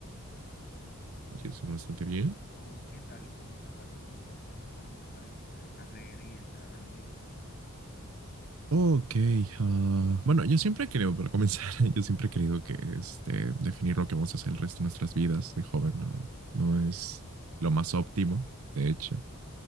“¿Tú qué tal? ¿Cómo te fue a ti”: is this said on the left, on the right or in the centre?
Left